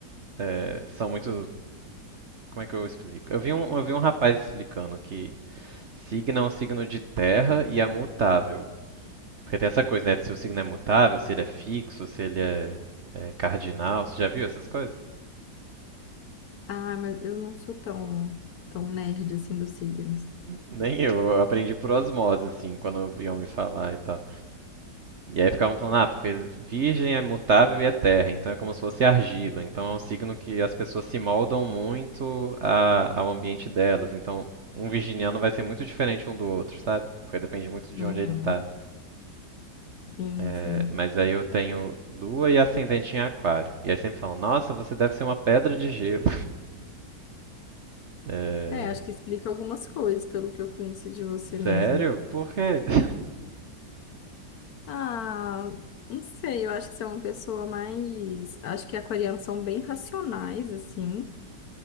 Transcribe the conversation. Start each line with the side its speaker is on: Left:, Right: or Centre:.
Right: é, são muito. Como é que eu explico? Eu vi um, eu vi um rapaz explicando que signo é um signo de terra e é mutável. Porque tem essa coisa, né? De se o signo é mutável, se ele é fixo, se ele é, é cardinal. Você já viu essas coisas?
Left: Ah, mas eu não sou tão, tão nerd assim dos signos.
Right: Nem eu, eu aprendi por osmose, assim, quando iam me falar e tal. E aí ficavam falando, ah, porque virgem é mutável e é terra, então é como se fosse argila. Então é um signo que as pessoas se moldam muito a- ao ambiente delas. Então um virginiano vai ser muito diferente um do outro, sabe? Porque depende muito de
Left: Uhum.
Right: onde ele tá.
Left: Sim,
Right: É,
Left: sim.
Right: mas aí eu tenho lua e ascendente em aquário. E aí sempre falam, nossa, você deve ser uma pedra de gelo. É...
Left: É, acho que explica algumas coisas pelo que eu conheci de você mesmo.
Right: Sério? Por quê? <laughs>
Left: Ah, não sei, eu acho que você é uma pessoa mais. Acho que aquarianos são bem racionais, assim.